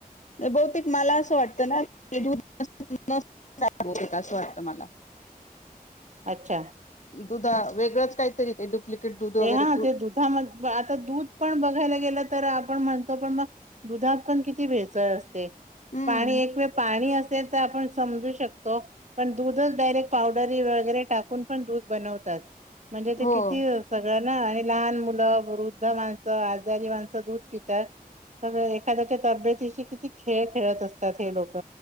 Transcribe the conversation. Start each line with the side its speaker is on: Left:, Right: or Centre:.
Left: बहुतेक मलां असं वाटतं नां ते कां बहुतेक असं वाटतं मलां
Right: अच्छा
Left: दुधा वेगळंच काहीतरी ते डुप्लिकेट दुध वगैरे
Right: ते हा
Left: तू
Right: ते दुधामध्ये आता दूध पण बघायला गेलं तर आपण म्हणतो पण मग दुधात पण किती भेसळ असते
Left: हम्म
Right: पाणी एक पाणी असेल तर आपण समजू शकतो. पण दूधच डायरेक्ट पावडरी वगैरे टाकून पण दूध बनवतात म्हणजे ते
Left: हो
Right: किती सगळं ना आणि लहान मुलं वृद्ध माणसं आजारी माणसं दूध पितात. सगळ एखाद्याच्या तब्येतीशी किती खेळ खेळत असतात. हे लोक